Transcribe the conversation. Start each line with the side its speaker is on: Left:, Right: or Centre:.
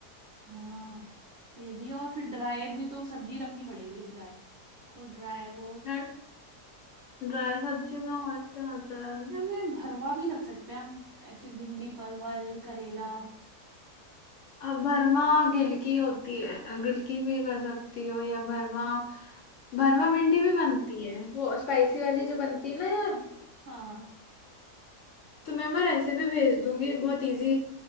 Right: हाँ ये भी और फिर ड्राई भी तो सब्जी रखनी पड़ेगी ड्राई तो ड्राई वो
Left: फिर ड्राई सब्जी में और क्या आता है
Right: यार मैं भरवा भी रख सकते हैं हम ऐसे भिंडी परवल करेला
Left: अब भरमा गिलकी होती है गिलकी भी कर सकती हो या भरमा भरमा भिंडी भी बनती है वो स्पाइसी वाली जो बनती है ना यार
Right: हाँ
Left: तो मैं मैं रेसिपी भेज दूंगी बहुत इजी